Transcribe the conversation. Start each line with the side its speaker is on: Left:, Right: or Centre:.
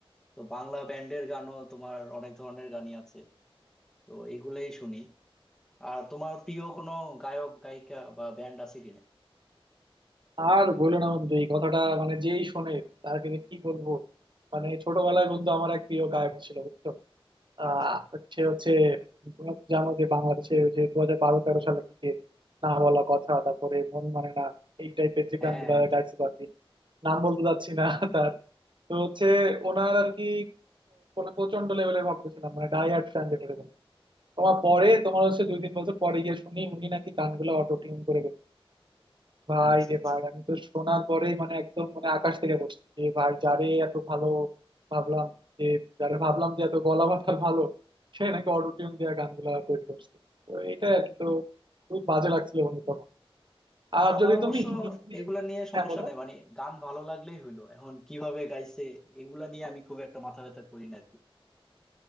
Centre: তো বাংলা ব্যান্ডের গানও তোমার অনেক ধরনের গানই আছে তো এগুলাই শুনি আর তোমার প্রিয় কোনো গায়ক গায়িকা বা ব্যান্ড আছে কিনা
Right: আর বললো না বন্ধু এই কথাটা মানে যেই শোনে তার কিন্তু কি বলবো মানে ছোটবেলায় বন্ধু আমার এক প্রিয় গায়ক ছিল বুঝছো আহ
Centre: আচ্ছা
Right: সে হচ্ছে তোমরা তো জানো যে বাংলাদেশে ওই যে দু হাজার বারো তেরো সালের দিকে না বলা কথা তারপরে মন মানে না এই টাইপের যে
Centre: হ্যাঁ
Right: গানগুলা গাইছিল আর কি নাম বলতে যাচ্ছি না <laughs> তার তো হচ্ছে ওনার আর কি প্রচন্ড লেভেলের ভক্ত ছিলাম মানে ডাই হার্ড ফ্যান যেটা বলে। তোমার পরে তোমার হচ্ছে দুই তিন বছর পরে গিয়ে শুনি উনি নাকি গানগুলো অটো টিউন করে ভাই
Centre: আচ্ছা
Right: রে
Centre: আচ্ছা
Right: ভাই আমি তো শোনার পরেই মানে একদম মানে আকাশ থেকে পড়ছি যে ভাই যারে এত ভালো ভাবলাম যে যারে ভাবলাম যে এত গলা মাথা ভালো সে নাকি অটোটিউন দিয়ে গানগুলা তৈরি করছে তো এটাই আর কি তো খুব বাজে লাগছিল বন্ধু তখন
Centre: না
Right: আর
Centre: আমার
Right: যদি
Centre: অবশ্য
Right: তুমি হিন্দি
Centre: এগুলা নিয়ে
Right: হ্যাঁ
Centre: সমস্যা
Right: বলো
Centre: নাই মানে গান ভালো লাগলেই হলো এখন কিভাবে গাইছে এগুলা নিয়ে আমি খুব একটা মাথা ব্যথা করি না আর কি।